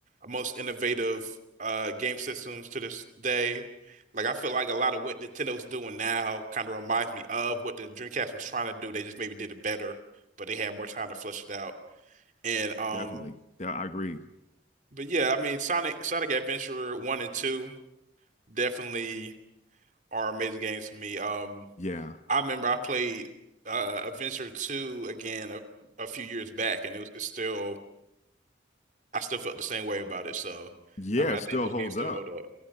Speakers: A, on the right; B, on the left.
A: most innovative uh game systems to this day. Like I feel like a lot of what Nintendo's doing now kind of reminds me of what the Dreamcast was trying to do. They just maybe did it better, but they had more time to flesh it out. And um
B: Definitely. Yeah, I agree.
A: but yeah, I mean Sonic Sonic Adventure 1 and 2 definitely are amazing games for me. Um
B: Yeah.
A: I remember I played uh Adventure 2 again a, a few years back and it was it's still I still felt the same way about it. So,
B: Yeah,
A: I mean,
B: it
A: I
B: still
A: think those
B: holds
A: games still
B: up.
A: hold up.